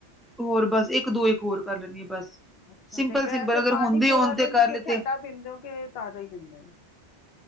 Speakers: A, in the centre; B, on the left.
A: ਹੋਰ ਬਸ, ਇੱਕ ਦੋ ਇੱਕ ਹੋਰ ਕਰ ਲੈਨੀ ਆਂ ਬਸ
B: ਅੱਛਾ
A: ਸਿੰਪਲ-ਸਿੰਪਲ
B: ਤੇ ਵੈਸੇ
A: ਅਗਰ
B: ਪਾਣੀ
A: ਹੁੰਦੇ
B: ਪੂਰਾ
A: ਹੋਣ ਤੇ
B: ਦਿਨ
A: ਕਰ
B: ਤੁਸੀਂ
A: ਲਿੱਤੇ
B: ਠੰਢਾ ਪੀਂਦੇ ਹੋ ਕਿ ਤਾਜ਼ਾ ਹੀ ਪੀਂਦੇ ਹੋ?